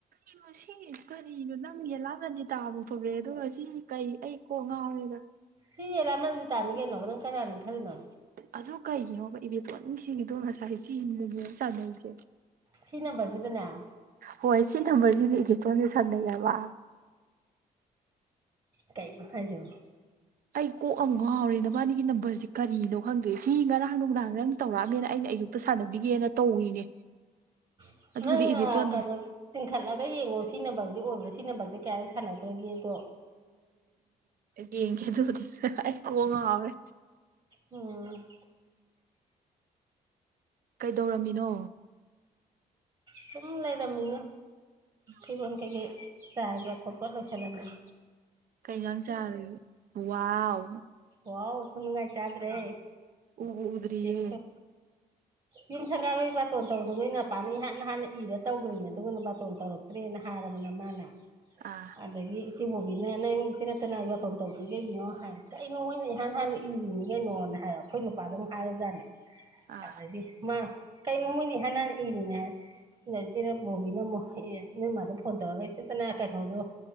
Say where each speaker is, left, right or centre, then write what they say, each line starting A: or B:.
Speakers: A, on the right; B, on the right.
A: ꯀꯩꯅꯣ ꯁꯤ ꯀꯔꯤꯅꯣ ꯅꯪ ꯌꯦꯂꯥꯝ ꯔꯟꯖꯤꯇꯥ ꯃꯨꯛ ꯊꯣꯛꯂꯛꯑꯦ ꯑꯗꯨꯒ ꯁꯤ ꯀꯩ ꯑꯩ ꯀꯣꯛ ꯉꯥꯎꯔꯦꯗꯥ
B: ꯁꯤ ꯌꯦꯂꯥꯝ ꯔꯥꯟꯖꯤꯇꯥꯅꯤ ꯀꯩꯅꯣ ꯅꯪ ꯀꯥꯅꯥꯅꯤ ꯈꯟꯂꯤꯅꯣ
A: ꯑꯗꯨ ꯀꯩꯒꯤꯅꯣꯕꯥ ꯏꯕꯦꯇꯣꯟ ꯅꯨꯡꯁꯤꯒꯤꯗꯣ ꯉꯁꯥꯏ ꯁꯤ ꯃꯨꯛ ꯃꯨꯛ ꯁꯥꯟꯅꯩꯁꯦ
B: ꯁꯤ ꯅꯝꯕꯔꯁꯤꯗꯅꯦ
A: ꯍꯣꯏ ꯁꯤ ꯅꯝꯕꯔꯁꯤꯗ ꯏꯕꯦꯇꯣꯟꯒꯥ ꯁꯥꯟꯅꯩ ꯍꯥꯏꯕ
B: ꯀꯩꯅꯣ ꯍꯥꯏꯖꯤꯕꯣ
A: ꯑꯩ ꯀꯣꯛ ꯌꯥꯝ ꯉꯥꯎꯔꯦ ꯅꯕꯥꯅꯤꯒꯤ ꯅꯝꯕꯔꯁꯦ ꯀꯔꯤꯅꯣ ꯈꯪꯗꯦ ꯁꯤ ꯉꯔꯥꯡ ꯅꯨꯡꯗꯥꯡ ꯅꯪ ꯇꯧꯔꯛꯑꯝꯃꯦꯅ ꯑꯩꯅ ꯑꯌꯨꯛ ꯁꯥꯟꯅꯕꯤꯒꯦꯅ ꯇꯧꯔꯤꯅꯦ
B: <unintelligible>
A: ꯑꯗꯨꯒꯗꯤ ꯏꯕꯦꯇꯣꯟ
B: ꯆꯤꯡꯈꯠꯂꯒ ꯌꯦꯡꯉꯣ ꯁꯤ ꯅꯝꯕꯔꯁꯦ ꯑꯣꯏꯕ꯭ꯔꯥ ꯁꯤ ꯅꯝꯕꯔꯁꯦ ꯀꯌꯥꯔꯛ ꯁꯥꯟꯅꯒꯔꯥꯒꯦꯗꯣ
A: ꯌꯦꯡꯒꯦ ꯑꯗꯨꯕꯨꯗꯤ ꯀꯣꯛ ꯉꯥꯎꯔꯦ
B: ꯎꯝ
A: ꯀꯩꯗꯧꯔꯝꯃꯤꯅꯣ
B: ꯆꯨꯝ ꯂꯩꯔ ꯃꯤꯦ
A: ꯎꯝ
B: ꯐꯤꯕꯣꯟ ꯀꯩꯀꯩ ꯆꯥꯏꯕ ꯈꯣꯠꯄ ꯂꯣꯏꯁꯤꯜꯂꯕꯅꯤ
A: ꯀꯩꯖꯅꯁꯔ ꯎꯥꯎ
B: ꯋꯥꯎ ꯈꯨꯨꯟꯒꯥꯏ ꯆꯥꯗ꯭ꯔꯦ
A: ꯑꯣ ꯎꯗ꯭ꯔꯤꯌꯦ
B: ꯆꯦ ꯃꯨꯊꯣꯏ ꯌꯨꯝ ꯁꯪꯒꯥꯔꯒꯤ ꯕꯥꯇꯣꯟ ꯇꯧꯗꯣ ꯅꯣꯏ ꯃꯄꯥꯥꯟꯅꯤ ꯏꯍꯥꯟ ꯍꯥꯟꯅ ꯏꯔꯒ ꯇꯧꯈ꯭ꯅꯤꯅꯦ ꯑꯗꯨꯒꯅ ꯕꯥꯇꯣꯟ ꯇꯧꯔ ꯇ꯭ꯔꯦꯟ ꯍꯥꯏꯔꯕꯅ ꯃꯥꯅ
A: ꯑꯥ
B: ꯑꯗꯒꯤ ꯏꯆꯦꯕꯣꯕꯤꯅ ꯅꯪ ꯏ ꯁꯤꯤꯔ ꯇꯅꯥꯒꯤ ꯕꯥꯇꯣꯟ ꯇꯧꯗ꯭ꯔꯤ ꯀꯩꯒꯤꯅꯣ ꯍꯥꯏ ꯀꯩꯅꯣ ꯃꯣꯏꯅ ꯏꯍꯥꯟ ꯍꯥꯟꯅ ꯏꯔꯤꯅꯤ ꯀꯩꯅꯣꯅ ꯍꯥꯏ ꯑꯩꯈꯣꯏ ꯅꯨꯄꯥꯗ ꯑꯃꯨꯛ ꯍꯥꯏꯔꯖꯥꯠꯅꯦ
A: ꯑꯥ
B: ꯑꯗꯗꯤ ꯃꯥ ꯀꯩꯅꯣ ꯃꯣꯏꯗꯤ ꯍꯥꯟ ꯍꯅ ꯏꯔꯤꯅꯦ ꯅ ꯏꯆꯔꯦ ꯕꯣꯕꯤꯅ ꯑꯃꯨꯛ ꯑꯦ ꯅꯣꯏ ꯏꯃꯥꯗꯣ ꯐꯣꯟ ꯇꯧꯔꯒ ꯏꯆꯦꯠꯇꯅ ꯀꯩꯅꯣꯗꯣ